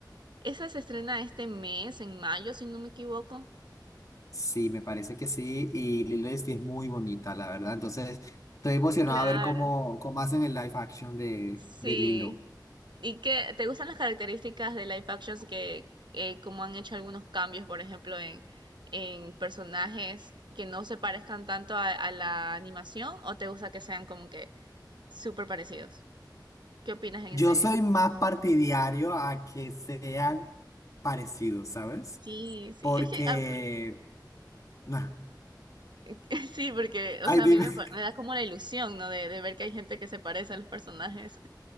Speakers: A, on the right (about 75°); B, on the left (about 45°).
A: Esa se estrena este mes, en mayo, si no me equivoco.
B: Sí, me parece que sí. Y Lilo y Stitch es muy bonita, la verdad. Entonces, estoy emocionado
A: Claro,
B: a ver cómo, cómo hacen el live action de,
A: sí.
B: de Lilo.
A: ¿Y qué te gustan las características de live actions que eh, como han hecho algunos cambios, por ejemplo, en, en personajes que no se parezcan tanto a, a la animación o te gusta que sean como que súper parecidos? ¿Qué opinas en
B: Yo
A: ese?
B: soy más partidario a que sean parecidos, ¿sabes?
A: Sí, sí,
B: Porque.
A: es que a mí
B: nah,
A: <laughs> sí, porque,
B: Ay,
A: o sea,
B: dime.
A: a mí me, pa-
B: <laughs>
A: me da como la ilusión, ¿no? De, de ver que hay gente que se parece a los personajes.